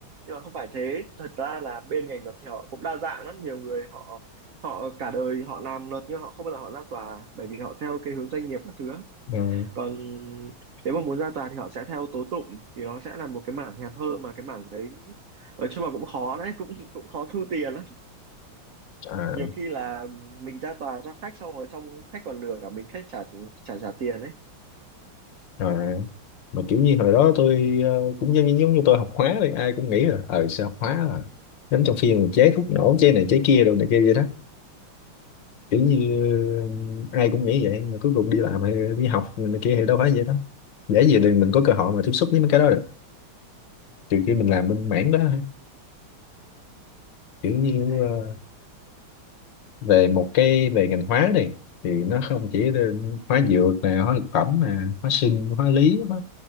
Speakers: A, on the right (about 85°); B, on the left (about 65°).
A: nhưng mà không phải thế thật ra là bên ngành luật thì họ cũng đa dạng lắm nhiều người họ họ cả đời họ làm luật nhưng họ không bao giờ họ ra tòa bởi vì họ theo cái hướng doanh nghiệp các thứ
B: ừ.
A: còn nếu mà muốn ra tòa thì họ sẽ theo tố tụng thì nó sẽ là một cái mảng hẹp hơn mà cái mảng đấy nói chung là cũng khó đấy cũng cũng khó thu tiền lắm
B: à,
A: nhiều khi là mình ra tòa cho khách xong rồi xong khách còn lừa cả mình khách trả trả trả tiền đấy
B: à, mà kiểu như hồi đó tôi ờ, cũng giống như giống như tôi học hóa đi ai cũng nghĩ là ờ sao học hóa là đến trong phim mà chế thuốc nổ chế này chế kia đồ này kia vậy đó kiểu như ờ, ai cũng nghĩ vậy mà cuối cùng đi làm hay đi học này kia thì đâu phải vậy đó để gì để mình có cơ hội mà tiếp xúc với mấy cái đó được trừ khi mình làm bên mảng đó thôi. kiểu
A: ok
B: như ờ, về một cái về ngành hóa đi thì nó không chỉ là hóa dược nè hóa thực phẩm nè hóa sinh hóa lý hóa,